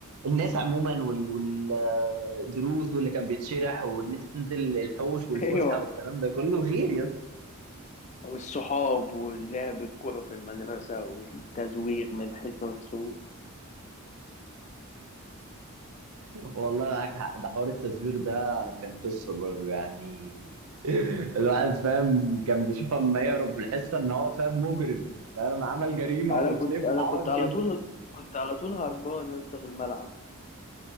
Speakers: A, on the right; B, on the left.
A: الناس عموما والدروس واللي كان بيتشرح وان انت تنزل الحوش
B: <laughs>
A: والفسحة
B: ايوه
A: والكلام ده كله غير يا
B: والصحاب واللعب الكوره في المدرسه والتزويق من الحصص و...
A: والله معاك حق ده حوار التزويغ ده كان قصة برضه يعني الواحد فاهم كان بيشوف اما يهرب من الحصة ان هو فاهم مجرم فاهم عمل جريمة
B: انا
A: وبتلاقيه
B: كنت
A: فرحان
B: انا كنت
A: كده
B: على طول كنت على طول هربان يا اسطى في الملعب